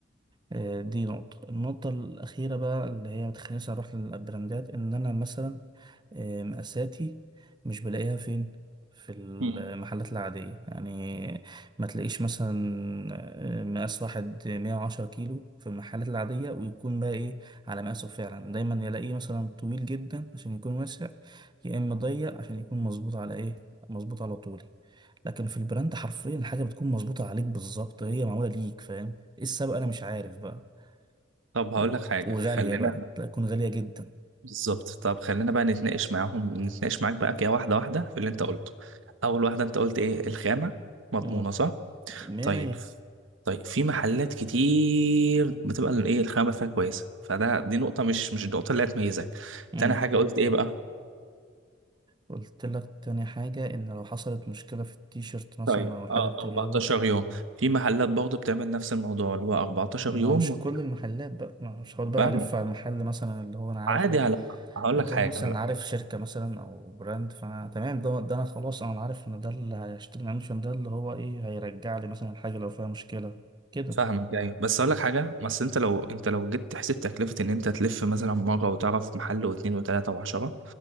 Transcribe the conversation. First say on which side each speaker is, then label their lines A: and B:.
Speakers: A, on the right (about 25°); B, on the right (about 80°).
A: آه، دي نقطة النقطة الأخيرة بقى اللي هي متخلينيش أروح للبراندات إن أنا مثلا آه، مقاساتي مش بلاقيها فين في المحلات
B: مم.
A: العادية يعني ما تلاقيش مثلا آه، مقاس واحد مية وعشرة كيلو في المحلات العادية ويكون بقى إيه على مقاسه فعلا دايما يلاقيه مثلا طويل جدا عشان يكون واسع يا إما ضيق عشان يكون مظبوط على إيه مظبوط على طولي لكن في البراند حرفيا الحاجة بتكون مظبوطة عليك بالظبط هي معمولة ليك فاهم ايه السبب انا مش عارف بقى
B: طب هقول
A: و-
B: لك حاجه
A: وغالية
B: خلينا
A: بقى لا تكون غالية جدا
B: بالظبط طب خلينا بقى نتناقش معاهم نتناقش معاك بقى كده واحده واحده في اللي انت
A: مم.
B: قلته اول واحده انت قلت ايه الخامه مضمونه
A: مم.
B: صح
A: مية
B: طيب
A: مية
B: طيب في محلات كتير بتبقى ال- ايه الخامه فيها كويسه فده دي نقطه مش مش النقطه اللي هتميزك
A: مم.
B: تاني حاجه قلت ايه بقى
A: قلت لك تاني حاجة ان لو حصلت مشكلة في التيشيرت مثلا
B: طيب
A: او الحاجة
B: اه
A: اللي انت
B: 14
A: جايبها
B: يوم في محلات برضه بتعمل نفس الموضوع اللي هو 14
A: ما
B: يوم
A: مش كل المحلات بقى ما مش هقعد بقى
B: فاهمك
A: الف على المحل مثلا اللي هو انا عارف
B: عادي
A: لك
B: على هقول
A: لكن
B: لك حاجه
A: انا مثلا
B: هقول لك
A: عارف
B: حاجه
A: شركة مثلا او براند فانا تمام ده, ده انا خلاص انا عارف ان ده اللي هيشتري منشن ده اللي هو ايه هيرجع لي مثلا الحاجة لو فيها مشكلة كده
B: فاهمك ايوه بس هقول لك حاجه بس انت لو انت لو جيت تحسب تكلفه ان انت تلف مثلا مره وتعرف محل واثنين وثلاثه وعشره